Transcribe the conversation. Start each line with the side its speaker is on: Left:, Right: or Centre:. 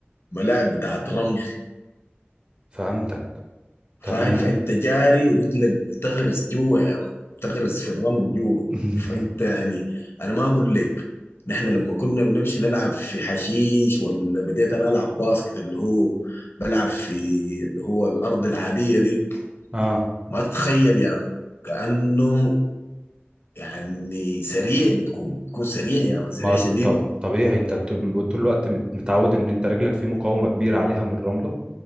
Left: ملاعب بتاعت رمل
Right: فهمتك
Left: فاهم
Right: تمام
Left: فانت جاري رجلك بتغرس جوا يا مان بتغرس في الرمل جوا
Right: <laughs>
Left: فانت يعني انا ما اقول لك نحن لما كنا بنمشي نلعب في حشيش ولا بديت انا العب باسكت اللي هو بلعب في اللي هو الارض العاديه دي
Right: اه
Left: ما تتخيل يا مان. كانه يعني سريع بتكون بتكون سريع يا مان سريع
Right: ما
Left: شديد
Right: ط- طبيعي انت ت- طول الوقت مت- متعود ان انت رجلك في مقاومة كبيرة عليها من الرملة